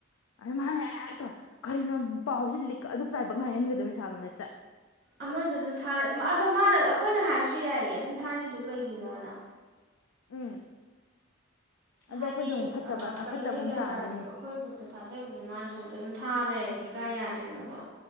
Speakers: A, on the left; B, on the right.
A: ꯑꯗ ꯃꯥꯅ ꯍꯦꯛꯇꯣ ꯀꯔꯤꯅꯣ ꯄꯥꯎꯁꯤ ꯂꯤꯛ ꯑꯗꯨ ꯄꯥꯏꯕ ꯉꯥꯏꯍꯟꯒꯗꯕꯅꯤ ꯁꯥꯔꯣ ꯃꯦꯁꯇ
B: ꯑꯃꯗ ꯑꯗꯨꯝꯥ ꯑꯗꯣ ꯃꯥꯅ ꯑꯩꯈꯣꯏꯅ ꯍꯥꯏꯔꯁꯨ ꯌꯥꯏꯌꯦ ꯑꯗꯨꯝ ꯊꯥꯔꯤꯗꯨ ꯀꯩꯒꯤꯅꯣꯅ
A: ꯎꯝ ꯑꯗꯣ
B: ꯍꯥꯏꯗꯤ
A: ꯑꯩꯈꯣꯏꯗ ꯑꯃꯨꯛ ꯐꯠꯇꯕ
B: ꯀꯩꯅꯣ
A: ꯑꯐꯠꯇꯕ
B: ꯑꯩ
A: ꯑꯃꯨꯛ
B: ꯒ꯭ꯌꯥꯟ
A: ꯇꯥꯗꯣꯏꯅꯤ
B: ꯇꯥꯗꯦꯕ ꯑꯩꯈꯣꯏ ꯒ꯭ꯔꯨꯞꯇ ꯊꯥꯖꯕꯗꯣ ꯃꯥꯅ ꯁꯣꯝꯗ ꯑꯗꯨꯝ ꯊꯥ ꯂꯩꯔꯗꯤ ꯀꯌꯥ ꯌꯥꯗꯦ ꯀꯩꯅꯣꯕ